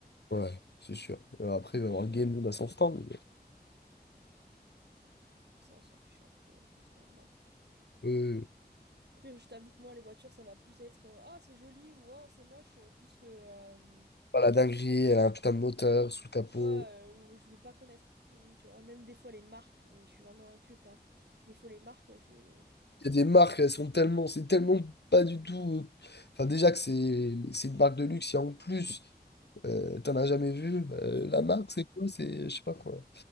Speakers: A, on the left; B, on the right.
A: ouais, c'est sûr. Euh, après, il va y avoir Game Luna à son stand.
B: Après ça, on s'en fiche un peu. Enfin, c'est pas grave.
A: mais, euh,
B: Après, je t'avoue que moi, les voitures, ça va plus être euh, Ah, c'est joli ou Ah, c'est moche, euh, plus que euh,
A: pas la dinguerie, elle a un putain de moteur sous le capot.
B: Ah, euh, je vais pas connaître. Hum, Tu vois, même des fois, les marques, mais je suis vraiment inculte, hein. Des fois, les marques, je les.
A: Il y a des marques, elles sont tellement, c'est tellement pas du tout. euh, Enfin, déjà que c'est c'est une marque de luxe, et en plus, euh, t'en as jamais vu, bah, la marque, c'est quoi? C'est, je sais pas quoi.